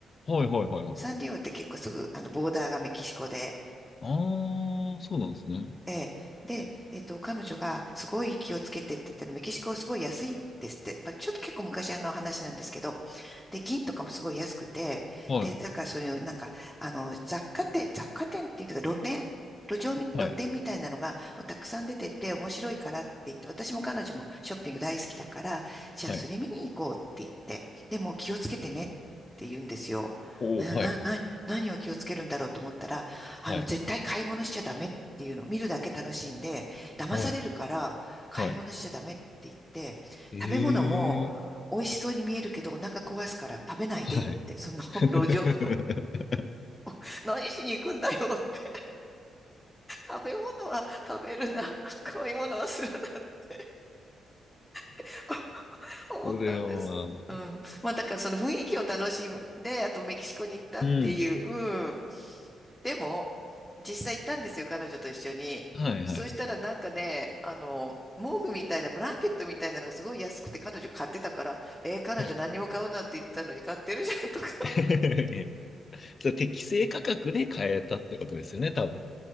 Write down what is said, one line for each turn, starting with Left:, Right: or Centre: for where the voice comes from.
Left: はいはいはいはい
Centre: サンディエゴって結構すぐ、あの、ボーダーがメキシコで、
Left: ああ、そうなんですね。
Centre: ええ。で、えっと、彼女がすごい気をつけてって言ったの、メキシコはすごい安いんですって。まあ、ちょっと結構昔あの話なんですけど、で、銀とかもすごい安くて、
Left: はい。
Centre: で、だからそういう、なんか、あの、雑貨店、雑貨店っていうか、露店路上み、
Left: はい。
Centre: 露店みたいなのがもうたくさん出てて面白いからって言って、私も彼女もショッピング大好きだから、じゃあそれ見に行こうって言って、
Left: はい。
Centre: でも気をつけてねって言うんですよ。
Left: おお、
Centre: な、
Left: はい。
Centre: な、な、何を気をつけるんだろうと思ったら、あの、
Left: はい。
Centre: 絶対買い物しちゃダメっていうの、見るだけ楽しんで、騙されるから買い物しちゃダメって言って、
Left: はい。はい。ええ
Centre: 食べ物も美味しそうに見えるけどお腹壊すから食べないでって、
Left: はい。
Centre: その
Left: <laughs>
Centre: <laughs> 路上、<laughs> 何しに行くんだよって、食べ物は食べるな、買い物はするなって <laughs> 思ったんです。
Left: それはまあ、
Centre: うん。まあだからその雰囲気を楽しんで、あとメキシコに行ったっていう、
Left: うん。
Centre: うん。でも、実際行ったんですよ、彼女と一緒に。
Left: はい、
Centre: そうしたらなんかね、
Left: はい。
Centre: あの、毛布みたいな、ブランケットみたいなのがすごい安くて彼女買ってたから、えー彼女何も買うなって言ってたのに買ってるじゃんとか
Left: はい。<laughs> そゃ適正価格で買えたってことですよね、多分。